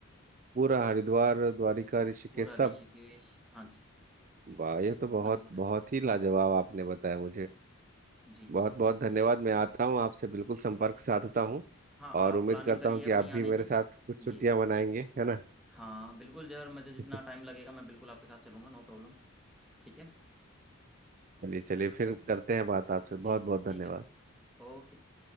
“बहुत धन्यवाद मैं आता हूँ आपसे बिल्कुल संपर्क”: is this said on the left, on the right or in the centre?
Right